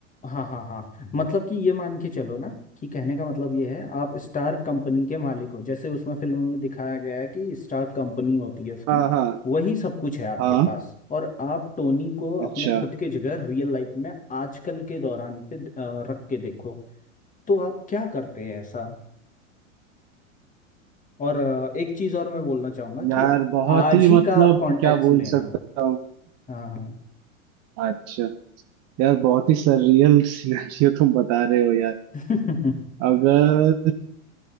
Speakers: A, on the left; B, on the right.
A: हाँ हाँ हाँ मतलब कि ये मान के चलो ना कि कहने का मतलब ये है आप स्टार कंपनी के मालिक हो जैसे उसमें फिल्म में दिखाया गया है कि स्टार कंपनी होती है उसकी
B: हाँ हाँ
A: वही सब कुछ है आपके
B: हाँ
A: पास और आप टोनी को
B: अच्छा
A: अपने खुद के जगह रियल लाइफ में आजकल के दौरान पे अ, रख के देखो तो आप क्या करते हैं ऐसा और अ, एक चीज और मैं बोलना चाहूंगा
B: यार
A: कि
B: बहुत
A: आज
B: ही
A: ही
B: मतलब
A: का आप कॉन्टेक्ट
B: क्या बोल
A: लेना
B: सकता हूँ
A: हाँ हाँ
B: अच्छा यार बहुत ही सररियल सिनेरियो तुम बता रहे हो यार
A: <laughs> हम्म
B: अगर